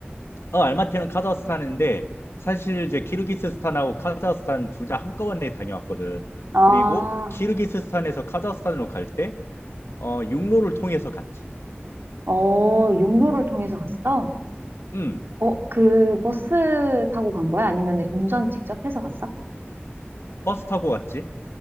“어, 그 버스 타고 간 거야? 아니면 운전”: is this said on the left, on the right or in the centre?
Right